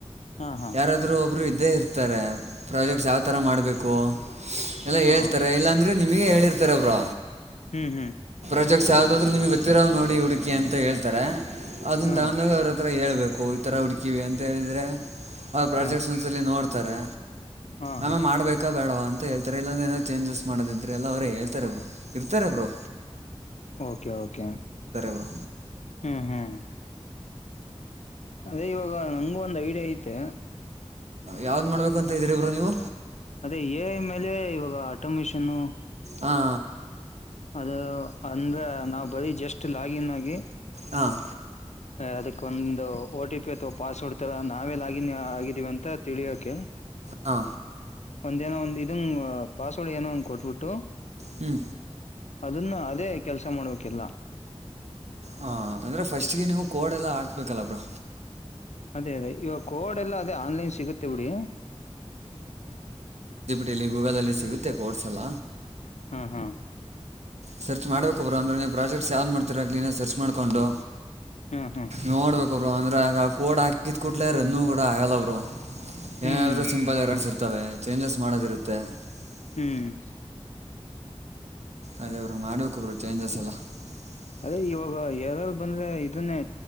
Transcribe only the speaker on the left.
ಹಾ ಹಾ
ಹಾ
ಹ್ಮ್ ಹ್ಮ್
ಹಾ
ಹಾ
ಹಾ
ಹಾ
ಓಕೆ ಓಕೆ
ಹ್ಮ್ ಹ್ಮ್ ಅದೇ ಇವಾಗ ನಂಗಗು ಒಂದ್ ಐಡಿಯಾ ಐತೆ
ಅದೇ ಎ ಮೇಲೆ ಇವಾಗ ಆಟೋ ಮೆಷನು
ಅದು ಅಂದ್ರ ನಾವವು ಬರೀ ಜಸ್ಟ್ ಲಾಗಿನ್ ಆಗಿ
ಹ ಅದಕ್ಕೆ ಒಂದು ಓಟಿ ಅಥವಾ ಪಾಸ್ವರ್ಡ್ ತರ ನಾವೇ ಲಾಗಿನ್ ಆಗಿದೀವಿ ಅಂತ ತಿಳಿಯೋಕೆ
ಒಂದುನೋ ಒಂದು ಇದಂಗೆ ಪಾಸ್ವರ್ಡ್ ಏನೋ ಒಂದು ಕೊಟ್ಬಿಟ್ಟು
ಅದನ್ನ ಅದೇ ಕೆಲ್ಸ ಮಾಡಬೇಕಕಿಲ್ಲ
ಅದೇ ಅದೇ ಇವ ಕೋಡ್ ಎಲ್ಲ ಅದೇ ಆನ್ಲೈನ್ ಸಿಗುತ್ತೆ ಬಿಡಿ
ಹಾ ಹಾ
ಹಾ ಹಾ
ಹ್ಮ್
ಹ್ಮ್ <unintelligible>
ಅದೇ ಇವಾಗ ಯಾರಾರು ಬಂದ್ರೆ ಇದನ್ನೇ